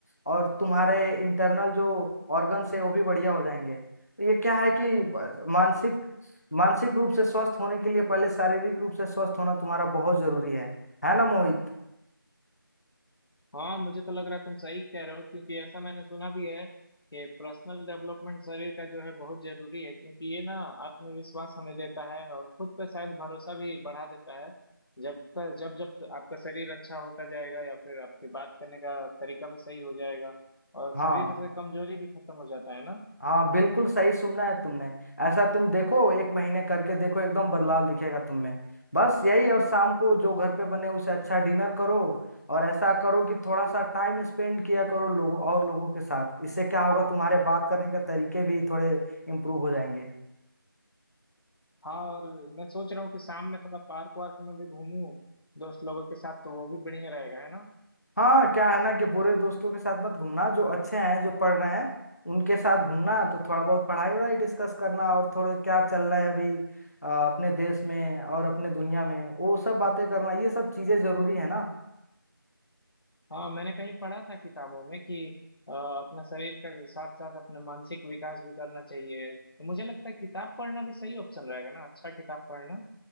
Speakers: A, on the left; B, on the left.
A: और तुम्हारे इंटरनल जो ऑर्गन्स है वो भी बढ़िया हो जाएंगे तो ये क्या है कि अ, मानसिक मानसिक रूप से स्वस्थ होने के लिए पहले शारीरिक रूप से स्वस्थ होना तुम्हारा बहुत जरूरी है है ना मोहित
B: हाँ मुझे तो लग रहा है तुम सही कह रहे हो क्योंकि ऐसा मैंने सुना भी है कि पर्सनल डेवलपमेंट शरीर का जो है बहुत जरूरी है क्योंकि ये ना आत्मविश्वास हमें देता है और खुद पे शायद भरोसा भी बढ़ा देता है जब तक जब जब तक आपका शरीर अच्छा होता जाएगा या फिर आपकी बात करने का तरीका भी सही हो जाएगा और
A: हाँ
B: शरीर से कमजोरी भी खत्म हो जाता है ना
A: हाँ बिल्कुल सही सुनना है तुमने ऐसा तुम देखो एक महीने करके देखो एकदम बदलाव दिखेगा तुम में बस यही और शाम को जो घर पे बने उसे अच्छा डिनर करो और ऐसा करो कि थोड़ा सा टाइम स्पेंड किया करो लोगों और लोगों के साथ इससे क्या होगा तुम्हारे बात करने के तरीके भी थोड़े इम्प्रूव हो जाएंगे
B: हाँ और मैं सोच रहा हूँ कि शाम में थोड़ा पार्क वार्क में भी घूमूं दोस्त लोगों के साथ तो वो भी बढ़िया रहेगा है ना
A: हाँ क्या है ना कि बुरे दोस्तों के साथ मत घूमना जो अच्छे हैं जो पढ़ रहे हैं उनके साथ घूमना तो थोड़ा बहुत पढ़ाई वढ़ाई डिस्कस करना और थोड़े क्या चल रहा है अभी अ, अपने देश में और अपने दुनिया में वो सब बातें करना ये सब चीजें जरूरी है ना
B: हाँ मैंने कहीं पढ़ा था किताबों में कि अ, अपना शरीर का साथ साथ अपना मानसिक विकास भी करना चाहिए तो मुझे लगता है किताब पढ़ना भी सही ऑप्शन रहेगा ना अच्छा किताब पढ़ना